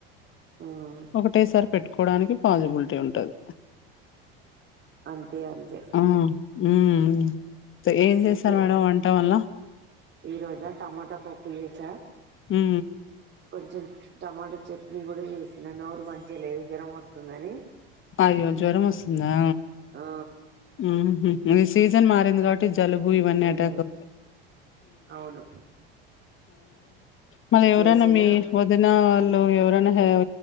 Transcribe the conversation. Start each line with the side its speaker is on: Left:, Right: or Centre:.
Right: ఉమ్,
Left: ఒకటేసారి పెట్టుకోడానికి పాజిబిలిటీ ఉంటది
Right: అంతే అంతే
Left: ఆ! హ్మ్. ఏం చేసారు
Right: ఇంకే
Left: మేడం వంట వల్ల
Right: ఈ రోజా టమాటా పప్పు ఏసా
Left: హూ
Right: కొంచెం టమాటా చట్నీ గూడ ఏసిన నోరు మంచి లేదు జరం ఒస్తుందని
Left: అయ్యో జ్వరం ఒస్సుందా
Right: ఆ
Left: ఊహు ఇఎ సీజన్ మారింది కాబట్టి జలుబు ఇవన్నీ
Right: మ్మ్
Left: అటాక్ అ
Right: అవును
Left: మళి ఎవరైనా
Right: చేసిన
Left: మీ వదిన వాళ్ళు ఎవరైనా హే